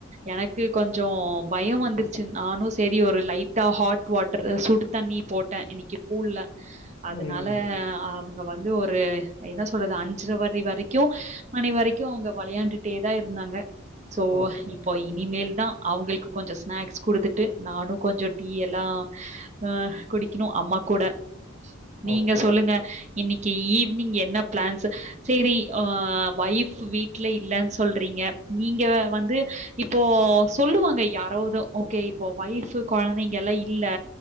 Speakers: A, on the right (about 35°); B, on the left (about 75°).
A: எனக்கு கொஞ்சோ பயம் வந்துருச்சு நானும் சரி ஒரு லைட்டா ஹாட் வாட்டர் சுடு தண்ணி போட்டே இன்னைக்கு கூல்ல அதனால
B: ம்.
A: ஆ அங்க வந்து ஒரு என்ன சொல்றது அன் அஞ்சற வரைக்கு மணி வரைக்கு அவங்க விளையாண்டுட்டே தான் இருந்தாங்க சோ
B: ஓகே,
A: இப்போ
B: ஓகே.
A: இனிமேல் தா அவங்களுக்கு கொஞ்சம் ஸ்னாக்ஸ் கொடுத்துட்டு நானும் கொஞ்சம் டீ எல்லாம் அஹ் குடிக்கணும் அம்மா கூட நீங்க
B: ஓகே,
A: சொல்லுங்க
B: ஓகே.
A: இன்னைக்கு ஈவினிங் என்ன பிளான்ஸ் சரி ஆ ஒய்ப் வீட்ல இல்லன்னு சொல்றீங்க நீங்க வந்து இப்போ சொல்லுவாங்க யாராவது ஓகே இப்போ ஒய்ப் குழந்தைங்க எல்லா இல்ல